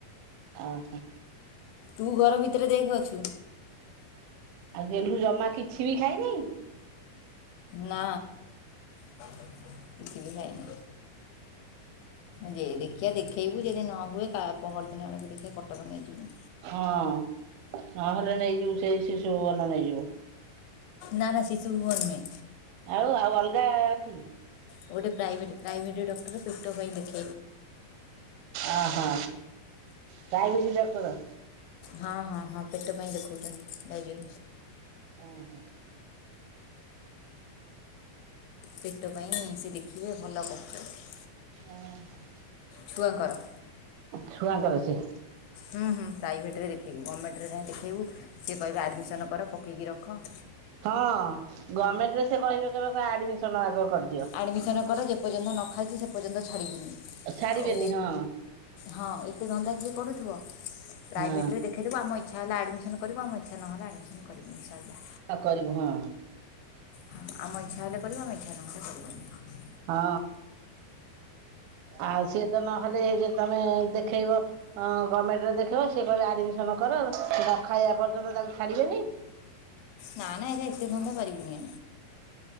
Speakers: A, on the right (about 80°); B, on the left (about 80°).
A: ଓହୋ।
B: ତୁ ଘର ଭିତରେ ଦେଖ ଅଛୁ।
A: ଆଉ ଗେଲୁ ଗେଲୁ ଜମା କିଛି ବି ଖାଇନି?
B: ନା। କିଛି ବି ଖାଇନି। ଗେ, ଦେଖିଆ ଦେଖ ଖେଇବୁ, ଯଦି ନ ହୁଏ, ପହରଦିନ ଆଡକୁ ଦେଖି କଟକ ନେଇଯିବୁ।
A: ହଁ, ନହେଲେ ନେଇଯିବୁ ସେଇ ଶିଶୁ ଭୁବନ, ନେଇଯିବୁ।
B: ନା, ନା ଶିଶୁ ଭୁବନ ନୁଏ।
A: ଆଉ, ଆଉ ଅଲଗା ଏଠି?
B: ଗୋଟେ ପ୍ରାଇଭେଟ୍, ପ୍ରାଇଭେଟ୍ ଡକ୍ଟର ପେଟ ପାଇଁ ଦେଖେ।
A: ଅ, ହା। Private doctor?
B: ହଁ, ହଁ, ହଁ, ପେଟ ପାଇଁ ଦେଖାଉଛନ୍ତି ଡାଇଯ
A: ଓ ହୋ।
B: ପେଟ ପାଇଁ ସେ ଦେଖିଲେ ଭଲ କହୁଛନ୍ତି।
A: ଓ ହୋ।
B: ଛୁଆଙ୍କର।
A: ଛୁଆଙ୍କର ସେ।
B: ହୁଁ, ହୁଁ, ପ୍ରାଇଭେଟ୍ରରେ ଦେଖାଇବୁ। ଗମେଣ୍ଟରେ କାଇହିଁ ଦେଖାଇବୁ, ସିଏ କହିବେ ଆଡ଼ମିସନ୍ କର ପକେଇକି ରଖ।
A: ହଁ, ଗମେଣ୍ଟ ରେ ସେ କହିବେ। କିହିବେ ଆଡମିଶନ ଆଗ କରିଦିଅ।
B: ଆଡ଼ମିସନ୍ କର, ଯେ ପର୍ଯ୍ୟନ୍ତ ନ ଖାଇଛୁ ସେ ପର୍ଯ୍ୟନ୍ତ ଛାଡ଼ିବୁନି।
A: ଛାଡିବେନି
B: ଆଉ
A: ହଁ
B: ହଁ ଏତେ ଧନ୍ଦା କିଏ କରୁଥିବ। ପ୍ରାଇଭେଟରେ
A: ହଁ
B: ଦେଖାଇଦବୁ, ଆମ ଇଛା ହେଲା ଆଡ଼ମସନ୍ କରିବୁ। ଆମ ଇଚ୍ଛା ନ ହେଲା ଆଡ଼ମିସନ୍ କରି ବୁନି ସରିଲା।
A: ହ କରିବୁ ହଁ।
B: ହଁ ଆମ ଇଚ୍ଛା ହେଲେ କରିବୁ, ଆମେ ଇଚ୍ଛା ନହେଲେ କରିବୁନି।
A: ହଁ। ଆଉ ସିଏ ତ ନହେଲେ, ଯେ ତମେ ଦେଖେଇବ ଗମେଣ୍ଟରେ ଦେଖେଇବ, ସେ କହିବ ଆଡମିସନ କର, ସେ ବା ନ ଖାଇବା ପର୍ଯ୍ୟନ୍ତ ତାକୁ ଛାଡିବେନି।
B: ନା ନା, ଏରା ଏତେ ଧନ୍ଦା ପାରିବିନି।